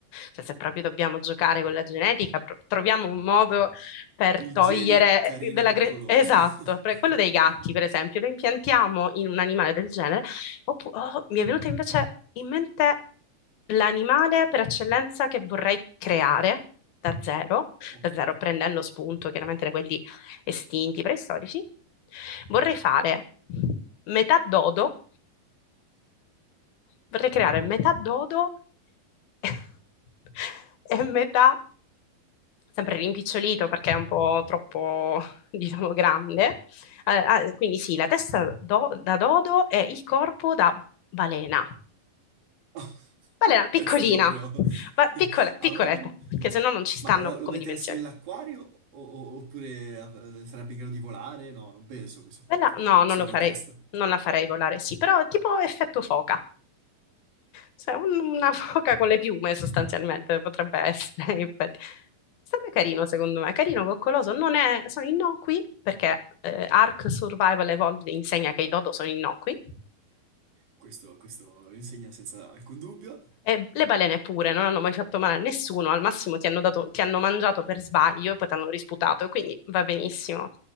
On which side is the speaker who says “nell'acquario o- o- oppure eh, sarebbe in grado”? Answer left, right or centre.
Right